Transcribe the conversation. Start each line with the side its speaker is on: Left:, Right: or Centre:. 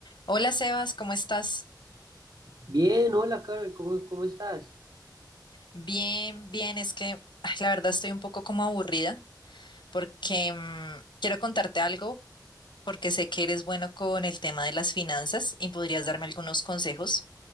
Left: Hola Sebas, ¿cómo estás?
Right: Bien, hola Carol, ¿cómo, cómo estás?
Left: Bien, bien, es que ay, la verdad estoy un poco como aburrida porque mm, quiero contarte algo porque sé que eres bueno con el tema de las finanzas y podrías darme algunos consejos